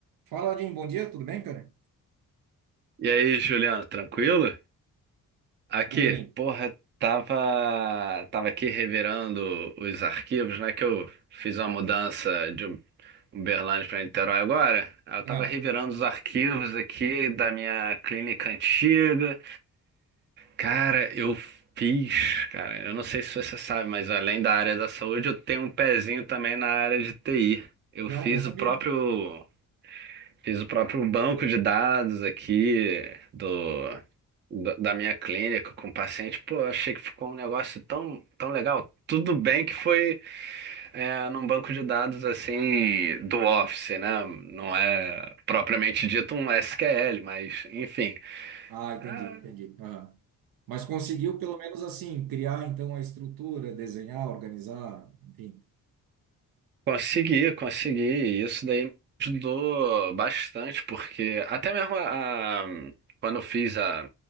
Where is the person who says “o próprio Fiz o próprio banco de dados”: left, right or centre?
Right